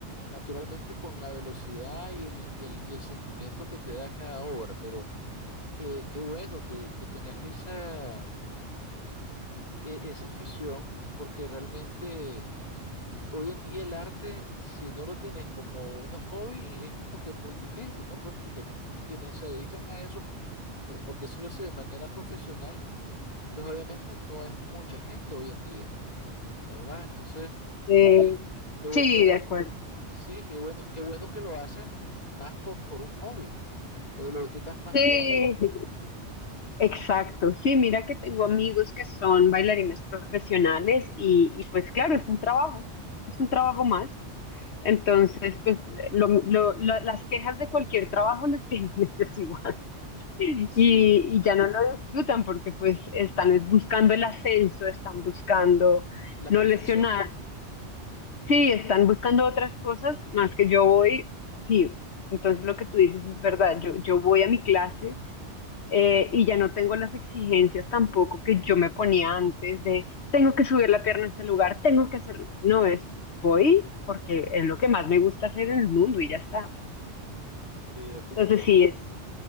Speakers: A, on the left (about 35°); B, on the left (about 65°).
A: naturalmente con la velocidad y el, y el, y el sentimiento que te da cada obra, pero eh, qué bueno que, que tengas esa, e- esa afición, porque realmente hoy en día el arte, si no lo tienes como un hobby, es como que muy difícil, ¿no? Pues porque quienes se dedican a eso, eh, por decirlo así, de manera profesional, pues obviamente no es mucha gente hoy en día, ¿verdad? Entonces,
B: Eh,
A: eh, qué, bu-
B: sí,
A: qué buen-
B: de acuerdo.
A: sí, qué bueno, qué bueno que lo haces más por, por un hobby, porque lo disfrutas más
B: Sí.
A: todavía.
B: Exacto, sí, mira que tengo amigos que son bailarines profesionales y, y pues claro, es un trabajo, es un trabajo más. Entonces, pues lo, lo- lo- las quejas de cualquier trabajo las tienen <laughs> ellos igual y,
A: Sí,
B: y ya no lo disfrutan porque pues están es buscando el ascenso, están buscando
A: la
B: no
A: perfección,
B: lesionarse, sí, están buscando otras cosas más que yo voy, sí, entonces lo que tú dices es verdad, yo, yo voy a mi clase eh, y ya no tengo las exigencias tampoco que yo me ponía antes de tengo que subir la pierna a este lugar, tengo que hacer, no es, voy porque es lo que más me gusta hacer en el mundo y ya está.
A: sí, definitivamente.
B: Entonces sí, es,